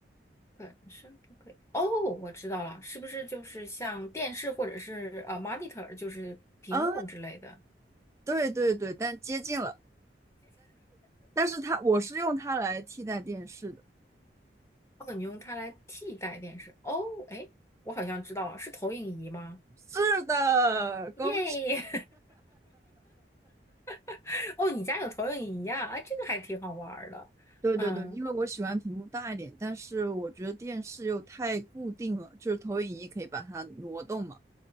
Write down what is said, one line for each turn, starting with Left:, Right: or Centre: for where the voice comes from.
Left: 本身不可以。哦，我知道了，是不是就是像电视或者是呃 monitor，就是屏幕之类的？
Right: 啊，对对对，但接近了。但是它，我是用它来替代电视的。
Left: 哦，你用它来替代电视。哦，哎，我好像知道了，是投影仪吗？
Right: 是的，恭
Left: 耶！<laughs> 哦，你家有投影仪呀？啊，这个还挺好玩儿的。
Right: 对对对，
Left: 嗯，
Right: 因为我喜欢屏幕大一点，但是我觉得电视又太固定了，就是投影仪可以把它挪动嘛。